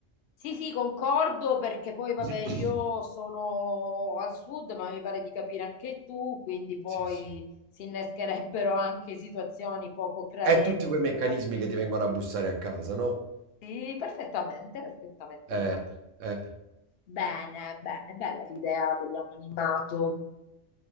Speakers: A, on the left (about 60°); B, on the right (about 80°).
A: Sì, sì, concordo perché poi, vabbè,
B: <coughs>
A: io sono al sud, ma mi pare di capire anche tu, quindi poi
B: Sì, sì.
A: si innescherebbero anche situazioni poco gradevoli
B: È tutti quei meccanismi
A: con altre
B: che
A: situazioni.
B: ti vengono a bussare a casa, no?
A: Sì, perfettamente, perfettamente,
B: Eh,
A: perfettamente.
B: eh,
A: Bene, bene, bella l'idea dell'anonimato.